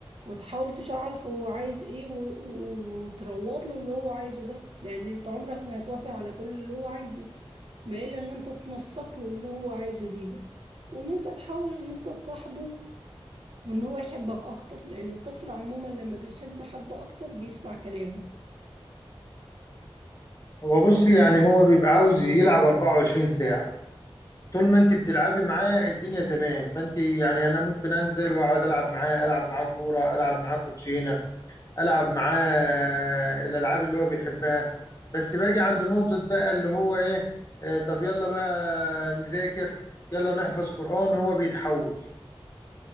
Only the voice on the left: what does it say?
هو بص يعني هو بيبقى عاوز يلعب 24 ساعة طول ما انت بتلعبي معاه الدنيا تمام فانت يعني انا ممكن انزل واقعد العب معاه العب معاه كورة العب معاه كوتشينة العب معاه الالعاب اللي هو بيحبها بس باجي عند نقطة بقى اللي هو ايه آه طب يلا بقى نذاكر يلا نحفظ قرآن هو بيتحول